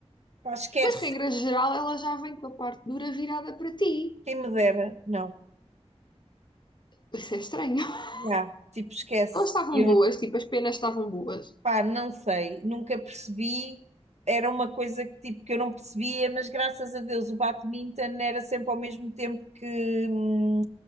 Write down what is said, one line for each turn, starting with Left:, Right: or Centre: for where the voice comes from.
Right: Pá, esquece.
Left: Mas, regra geral, ela já vem com a parte dura virada para ti.
Right: Quem me dera. Não.
Left: Isso é estranho. <laughs>
Right: Já, Tipo, esquece.
Left: Elas estavam
Right: Eu
Left: boas, tipo, as penas estavam boas.
Right: Pá, não sei, nunca percebi. Era uma coisa que, tipo, que eu não percebia, mas graças a Deus o badminton era sempre ao mesmo tempo que, hum,